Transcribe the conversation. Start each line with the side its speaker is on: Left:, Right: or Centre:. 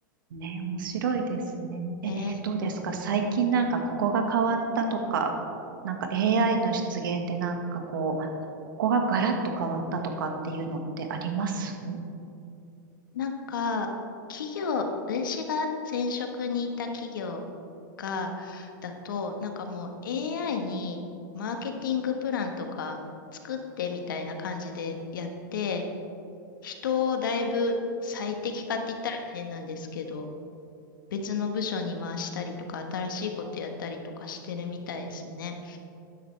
Right: ね、面白いですね。
Left: ね
Right: え、どうですか最近なんかここが変わったとか、なんか AI の出現でなんかこう、ここがガラッと変わったとかっていうのってあります
Left: なんか、企業、私が前職にいた企業が、だと、なんかもう AI にマーケティングプランとか作ってみたいな感じでやって、人をだいぶ最適化って言ったら変なんですけど、別の部署に回したりとか、新しいことやったりとかしてるみたいですね。